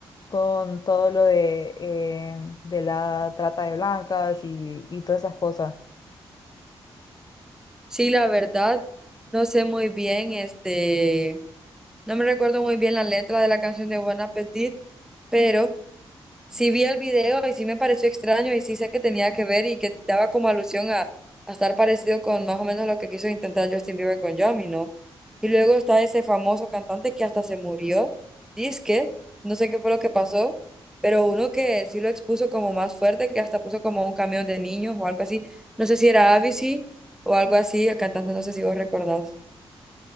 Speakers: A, on the left; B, in the centre.
A: con todo lo de, em, de la trata de blancas y, y todas esas cosas.
B: Sí, la verdad, no sé muy bien, este, no me recuerdo muy bien la letra de la canción de Buen Appetit, pero Sí vi el video y sí me pareció extraño y sí sé que tenía que ver y que daba como alusión a, a estar parecido con más o menos lo que quiso intentar Justin Bieber con Yami, ¿no? Y luego está ese famoso cantante que hasta se murió, que no sé qué fue lo que pasó, pero uno que sí lo expuso como más fuerte, que hasta puso como un camión de niños o algo así, no sé si era Avicii o algo así, el cantante no sé si vos recordás.